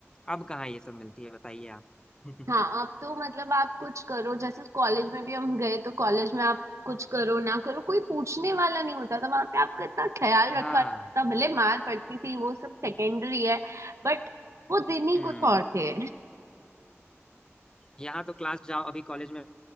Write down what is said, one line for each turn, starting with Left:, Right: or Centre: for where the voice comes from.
Left: अब कहाँ ये सब मिलती है बताइए आप <laughs>
Right: हाँ अब तो मतलब आप कुछ करो जैसे कॉलेज में भी हम गए तो कॉलेज में आप कुछ करो ना करो कोई पूछने वाला नहीं होता था वहां पे आपका इतना ख्याल रखा
Left: हाँ
Right: जाता था भले मार पड़ती थी वो सब सेकेंडरी है बट वो दिन ही
Left: हम्म
Right: कुछ और थे
Left: यहाँ तो क्लास जाओ अभी कॉलेज में